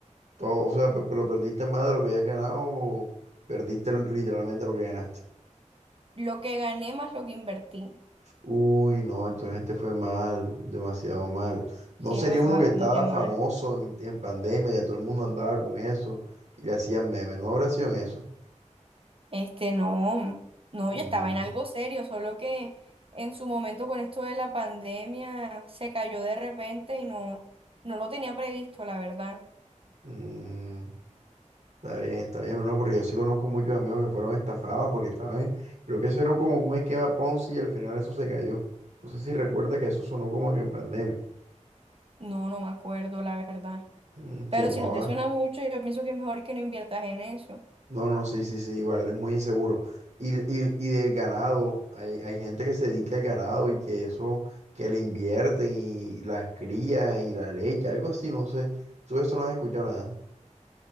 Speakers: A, on the right; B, on the right.
A: todo, o sea, pe- pero perdiste más de lo que habías ganado o perdiste literalmente lo que ganaste.
B: Lo que gané más lo que invertí.
A: Uy, no, entonces este fue mal, demasiado mal. No
B: Sí,
A: sería
B: me fue
A: uno
B: bastante
A: que estaba
B: mal.
A: famoso en, en pandemia, que todo el mundo andaba con eso y le hacían memes, no habría sido en eso.
B: Este, no, no,
A: Mm,
B: yo estaba en algo serio, solo que en su momento con esto de la pandemia se cayó de repente y no, no lo tenía previsto, la verdad.
A: Mm, está bien, está bien, no, porque yo sí conozco muchos amigos que fueron estafados porque estaban, creo que eso era como un esquema Ponzi y al final eso se cayó. No sé si recuerda que eso sonó como que en pandemia.
B: No, no me acuerdo, la verdad.
A: Mm,
B: Pero
A: se llamaba,
B: si no te suena mucho, yo pienso que es mejor que no inviertas en eso.
A: no, no, sí, sí, sí, igual, es muy inseguro. Y, y, y del ganado, hay, hay gente que se dedica al ganado y que eso, que le invierten y las cría y la leche, algo así, no sé. Tú de eso no has escuchado nada.